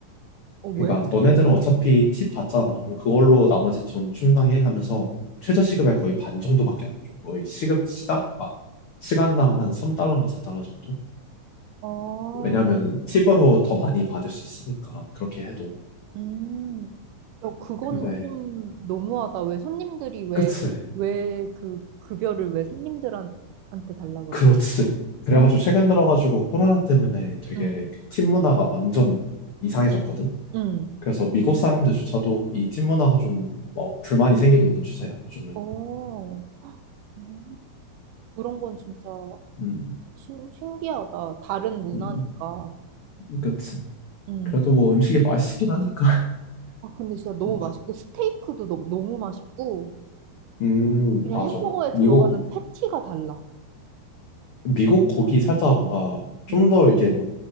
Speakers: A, on the right; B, on the left.
A: 어, 왜?
B: 그러니까 너네들은 어차피 팁 받잖아. 그럼 그걸로 나머지 돈 충당해 하면서 최저 시급의 거의 반 정도밖에 안 줘. 거의 시급 시당 아 시간당 한 3달러인가 4달러 정도?
A: 아,
B: 왜냐면은 팁으로 더 많이 받을 수 있으니까 그렇게 해도.
A: 음. 야, 그거는
B: 근데
A: 좀 너무하다. 왜 손님들이 왜,
B: 그치.
A: 왜 그 급여를 왜 손님들한테 한테 달라 그래?
B: 그렇지. 그래가지고
A: 어?
B: 최근 들어가지고 코로나 때문에 되게
A: 응,
B: 그 팁 문화가 완전 이상해졌거든.
A: 응.
B: 그래서 미국 사람들조차도 이 팀 문화가 좀 어, 불만이 생기고 있는 추세야, 요즘은.
A: 어, 음. 그런 건 진짜
B: 음,
A: 신, 신기하다. 다른 문화니까.
B: 음, 그치.
A: 음.
B: 그래도 뭐 음식이 맛있긴 하니까.
A: 아, 근데 진짜 너무
B: <laughs> 뭐,
A: 맛있고,
B: 가-
A: 스테이크도 너무, 너무 맛있고,
B: 음,
A: 그냥
B: 맞아.
A: 햄버거에
B: 미국,
A: 들어가는 패티가 달라.
B: 미국 고기 살짝 뭔가 좀
A: 응.
B: 더 이렇게 뭐